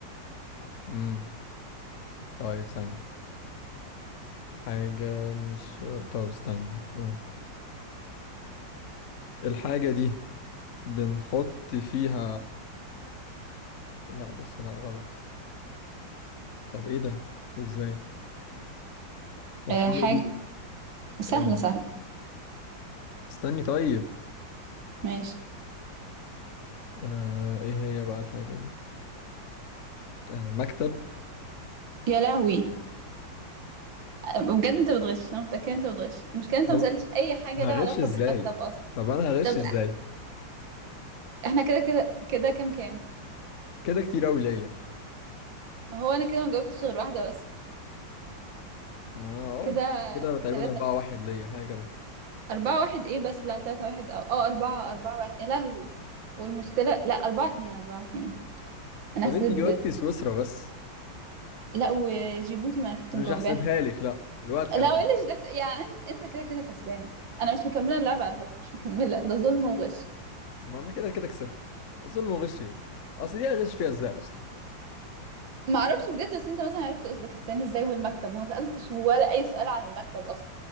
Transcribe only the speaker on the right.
أه حاجة
سهلة
سهلة
ماشي
يا لهوي آه، بجد انت بتغش انا متأكدة انت بتغش المشكلة انت
ما سألتش أي حاجة
لها علاقة
بالمكتب أصلا
طب
احنا كده كده كده كام كام
ما هو أنا كده ما جاوبتش غير واحدة بس
كده
تلاتة
أربعة واحد إيه بس لا تلاتة واحد أو أه أربعة أربعة واحد يا لهوي والمشكلة لا أربعة اتنين أربعة اتنين أنا
حسيت
ب...
لا وجيبوتي ما أنا كنت
مجاوباها
لا وليش
ده يعني أنت أنت كده كده كسبان أنا مش مكملة اللعبة على فكرة مش مكملة ده ظلم وغش
ما أعرفش بجد بس أنت مثلا عرفت أوزبكستان إزاي والمكتب وما سألتش ولا أي سؤال عن المكتب أصلا